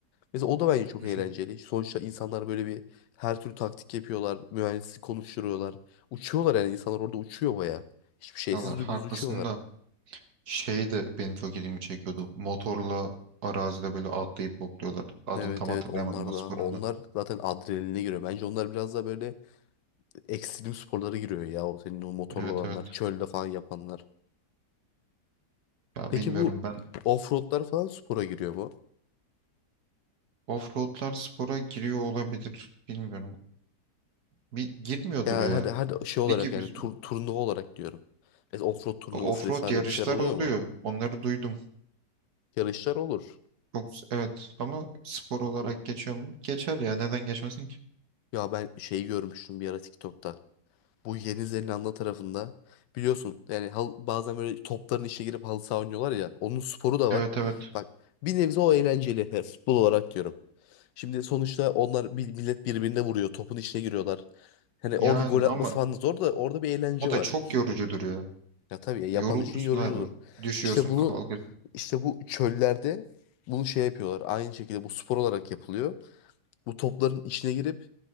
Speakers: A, on the left (about 80°); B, on the right (about 65°).
A: Mesela o da bence çok
B: Hı
A: eğlenceli.
B: hı.
A: Sonuçta insanlar böyle bir her türlü taktik yapıyorlar, mühendislik konuşturuyorlar. Uçuyorlar yani insanlar orada uçuyor baya. Hiçbir şeysiz
B: Valla haklısın
A: dümdüz uçuyorlar.
B: da şey de benim çok ilgimi çekiyordu. Motorla arazide böyle atlayıp hopluyorlar. Adını
A: Evet
B: tam hatırlayamadım
A: evet onlar
B: o sporun
A: da. Onlar
B: da.
A: zaten adrenaline giriyor. Bence onlar biraz da böyle ekstrem sporlara giriyor ya. O senin o motorlu
B: Evet
A: olanlar,
B: evet
A: çölde falan yapanlar.
B: ya
A: Peki
B: bilmiyorum
A: bu
B: ben
A: offroadlar falan spora giriyor mu?
B: offroadlar spora giriyor olabilir. Bilmiyorum bir girmiyordur
A: Ya
B: ya.
A: her, her şey olarak
B: Ne gibi
A: yani
B: bir-
A: tur, turnuva olarak diyorum. Mesela offroad turnuvası
B: offroad
A: vesaire
B: yarışlar
A: bir şeyler oluyor
B: oluyor.
A: mu?
B: Onları duydum.
A: Yarışlar olur.
B: Çok evet ama spor olarak geçiyor mu? Geçer ya neden geçmesin ki?
A: Ya ben şeyi görmüştüm bir ara TikTok'ta. Bu Yeni Zelanda tarafında biliyorsun yani hal- bazen böyle topların içine girip halı saha oynuyorlar ya. Onun sporu da
B: Evet
A: var.
B: evet.
A: Bak bir nebze o eğlenceli. Yani futbol olarak diyorum. Şimdi sonuçta onlar bir, millet birbirine vuruyor. Topun içine giriyorlar. Hani orada
B: Yani
A: gol atması
B: ama
A: falan da zor da orada bir eğlence
B: O da
A: var.
B: çok yorucudur ya.
A: Ya tabii ya, yapan
B: Yorulursun
A: için yorucu
B: abi.
A: olur.
B: Düşüyorsun
A: İşte bunu
B: kalkıyorsun.
A: işte bu çöllerde bunu şey yapıyorlar. Aynı şekilde bu spor olarak yapılıyor. Bu topların içine girip